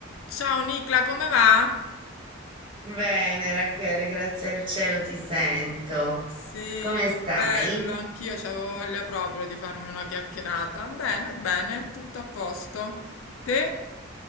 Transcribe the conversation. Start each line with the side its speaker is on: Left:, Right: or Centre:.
Left: Ciao Nicla, come va?
Right: Bene, Rachele, grazie al cielo ti sento.
Left: Sì,
Right: Come
Left: che
Right: stai?
Left: bello, anch'io c'avevo voglia proprio di farmi una chiacchierata. Bene, bene, tutto a posto. Te?